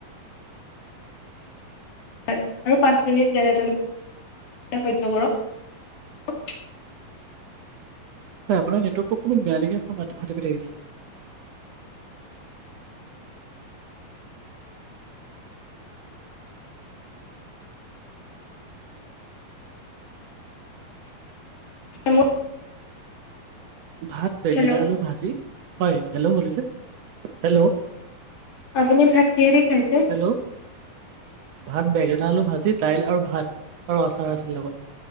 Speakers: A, on the left; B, on the right.
A: হয় আৰু পাঁচ মিনিট যেনে তেনে সহ্য কৰক
B: হয়, আপোনাৰ নেটৱৰ্কটো অমান বেয়া লিপোনাৰ মাতাটি প আহিছে।
A: হেল্ল'।
B: ভাত বেঙেনা
A: হেল্ল'
B: আলু ভাজি হয় হেল্ল' বছে হেল্ল'
A: আপুনি ভাত কিহেদি খাইছে
B: হেল্ল' ভাত বেঙেনা আলু ভাজি দাইল আৰু ভাত আৰু আচাৰ আছিল লগত